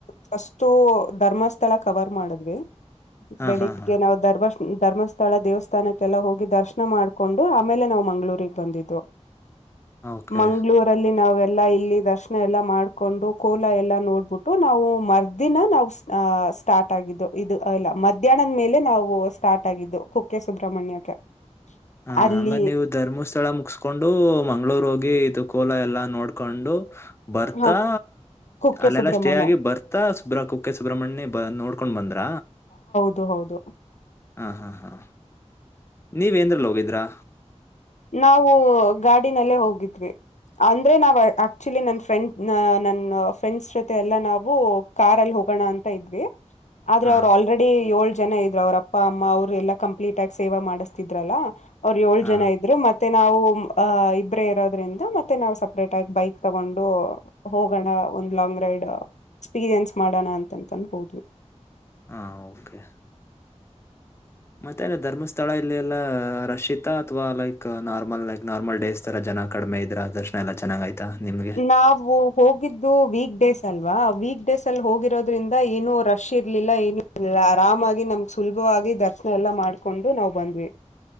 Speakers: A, on the left; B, on the left.
A: ಫಸ್ಟು ಧರ್ಮಸ್ಥಳ ಕವರ್ ಮಾಡಿದ್ವಿ
B: ಹಾ
A: ಬೆಳಿಗ್ಗೆ
B: ಹಾ ಹಾ
A: ನಾವ್ ಧರ್ಮ ಧರ್ಮಸ್ಥಳ ದೇವಸ್ಥಾನಕ್ಕೆಲ್ಲ ಹೋಗಿ ದರ್ಶನ ಮಾಡ್ ಹಕೊಂಡು ಆಮೇಲೆ ನಾವ್ ಮಂಗ್ಗಳೂಗ್ ಬಂದಿದ್ರು
B: ಓಕೆ
A: ಮಂಗ್ಗಳೂರಲ್ಲಿ ನಾವ ಎಲ್ಲಾ ಇಲ್ಲಿ ದರ್ಶನ ಎಲ್ಲಾ ಮಾಡ್ಕೊಂಡು ಕೋಲ ಎಲ್ಲಾ ನೋಡ್ಬಿಟ್ಟು ನಾವು ಮರ್ದಿನ ನಾವು ಅ ಸ್ಟಾರ್ಟ್ ಆಗಿದ್ದು ಇದು ಎಲ್ಲ ಮಧ್ಯಾಹ್ನದ ಮೇಲೆ ನಾವು ಸ್ಟಾರ್ಟ್ ಆಗಿದ್ದು ಕುಕ್ಕೆ ಸುಬ್ರಹ್ಮಣ್ಯಕ್ಕೆ
B: ಹಾ
A: ಅಲ್ಲಿ
B: ಹಂಗ ನೀವು ಧರ್ಮಸ್ಥಳ ಮುಗಸ್ಕೊಂಡು ಮಂಗ್ಳೂರ್ ಹೋಗಿ ಇದು ಕೋಲ ಎಲ್ಲಾ ನೋಡ್ಕೊಂಡು ಬರ್ತಾ
A: ಹ ಕುಕ್ಕೆ
B: ಅಲ್ಲೆಲ್ಲಾ
A: ಸುಬ್ರಹ್ಮಣ್ಯ
B: ಸ್ಟೇ ಆಗಿ ಬರ್ತಾ ಸುಬ್ರ ಕುಕ್ಕೆ ಸುಬ್ರಮಣ್ಯ ಬ ನೋಡ್ಕೊಂಡ್ ಬಂದ್ರ
A: ಹೌದು ಹೌದು
B: ಹಾ ಹಾ ಹಾ ನೀವೇಂದ್ರಲ್ಲಿ ಹೋಗಿದ್ರಾ
A: ನಾವು ಗಾಡಿನಲ್ಲೇ ಹೋಗಿದ್ವಿ ಅಂದ್ರೆ ನಾ್ ಆಕ್ಚುಲಿ ನನ್ ಫ್ರೆಂಡ್ ನನ್ನ ಫ್ರೆಂಡ್ಸ್ ಜೊತೆ ಎಲ್ಲಾ ನಾವು ಕಾರಾರ್ಲ್ಲಿ ಹೋಗೋಣ ಅಂತ ಇದ್ವಿ ಆದ್ರ
B: ಹಾ
A: ಅವರು ಆಲ್ರೆಡಿ ಏಳ್ ಜನ ಇದ್ರು ಅವ್ರ ಅಪ್ಪ ಅಮ್ಮ ಅವ್ರು ಎಲ್ಲಾ ಕಂಪ್ಲೀಟ್ ಆಗಿ ಸೇವ ಮಾಡಿಸ್ತಿದ್ರಲ್ಲ ಅವ್ರ ಏಳ್
B: ಹಾ
A: ಜ ಐತೆ ಮತ್ತೆ ನಾವು ಅ ಇಬ್ರೇ ಇರೋದ್ರಿಂದ ಮತ್ತೆ ನಾ್ ಸಪ್ರೇಟ್ ಆಗಿ ಬೈಕ್ ತಗೊಂಡು ಹೋಗೋಣ ಒಂದ್ ಲಾಂಗ್ ರೈಡ್ ಎಕ್ಸ್ಪೀರಿಯನ್ಸ್ ಮಾಡೋಣ ಅಂತಂತಂದ ಹೋ್
B: ಹಾ ಓಕೆ ಮತ್ತೆಲ್ಲ ಧರ್ಮಸ್ಥಳ ಇಲ್ಲ ಎಲ್ಲಾ ರಷಿತಾ ಅಥ್ವಾ like normal like normal days ತರ ಜನ ಕಡಿಮೆ ಇದ್ರ ದರ್ಶನ ಎಲ್ಲಾ ಚೆನ್ನಾಗ ಆಯ್ತಾ ನಿಮ್ಗೆ
A: ನಾವು ಹೋಗಿದ್ದು ವೀಕ್ ಡೇಸ್ ಅಲ್ ಲ್ವಾ ವೀಕ್ ಡೇಸ್ ಅಲ್ಲಿ ಹೋಗಿರೋದ್ರಿಂದ ಏನು ರಶ್ ಇರ್ಲಿಲ್ಲ ಏನು ಇಲಿಲ್ಲ ಆರಾಮಾಗಿ ನಮ್ ಸುಲಭವಾಗಿ ದರ್ಶನ ಎಲ್ಲಾ ಮಾಡ್ಕೊಂಡು ನಾವ್ ಬಂದ್ವಿ